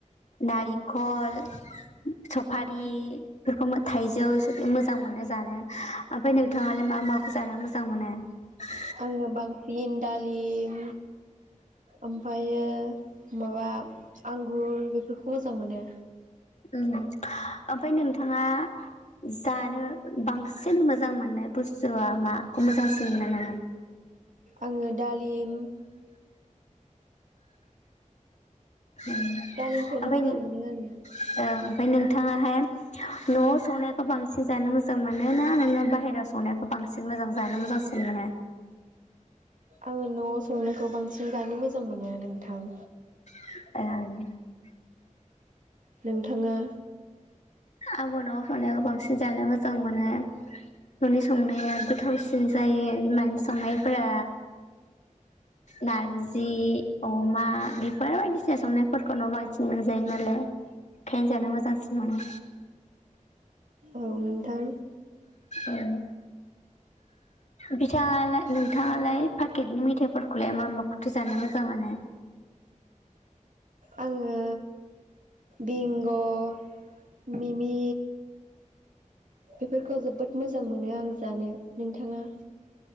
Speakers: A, on the left; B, on the right.
A: नारेंखल सफारिफोरखौ थाइजौ मोजां मोनो जानो, ओमफ्राय नोंथाङालाय मा माखौ जानो मोजां मोनो? <inaudible>
B: आङो बांसिन दालिम ओमफ्रायो माबा आंगुर बेफोरखौ मोजां मोनो।
A: उम ओमफाय नोंथाङा जानो बांसिन मोजां मोननाय बुस्थुआ माखौ मोजांसिन मोनो?
B: आङो दालिम
A: उम ओमफाय
B: दालिमखौनो मोजां
A: नों ओ
B: मोनो आङो
A: ओमफाय नों नोंथाङाहाय न'आव संनायखौ बांसिन जानो मोजां मोनो ना नोङो बाहेरायाव संनायखौ बांसिन मोजां जानो मोजांसिन मोनो
B: आङो न'आव संनायखौ बांसिन जानो मोजां मोनो नोंथां
A: ए
B: नोंथाङा?
A: आंबो न'आव संनायखौ बांसिन जानो मोजां मोनो न'नि संनाया गोथावसिन जायो बिमानि संनायफोरा नारजि अमा बेफोर बायदिसिना संनायफोरखौ न' बांसिन मोनजायो नालाय ओंखायनो जानो मोजांसिन मोनो।
B: औ नोंथां
A: ओ बिथाङाला नोंथाङालाय पाकेटनि मेथायाइफोरखौलाय मा-मा खौथो जानो मोजां मोनो?
B: आङो बिंग' मिमि बेफोरखौ जोबोद मोजां मोनो आं जानो, नोंथाङा?